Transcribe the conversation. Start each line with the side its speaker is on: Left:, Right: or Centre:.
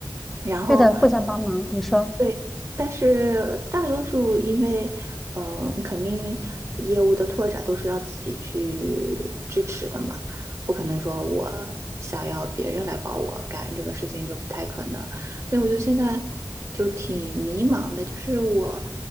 Right: 然后
Centre: 对的，互相帮忙。你说。
Right: 对，但是大多数因为，呃，肯定业务的拓展都是要自己去支持的嘛，不可能说我想要别人来帮我干这个事情就不太可能，所以我就现在就挺迷茫的，就是我，